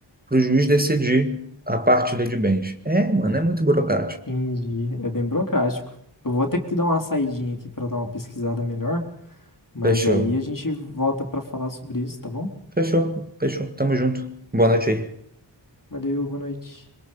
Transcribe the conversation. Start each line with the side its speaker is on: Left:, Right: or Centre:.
Right: pro juiz decidir a partilha de bens. É, mano, é muito burocrático.
Left: Entendi. É bem burocrático. Eu vou ter que dar uma saidinha aqui pra dar uma pesquisada melhor, mas
Right: Fechou.
Left: aí a gente volta pra falar sobre isso, tá bom?
Right: Fechou, fechou. Tamo junto. Boa noite aí.
Left: Valeu, boa noite.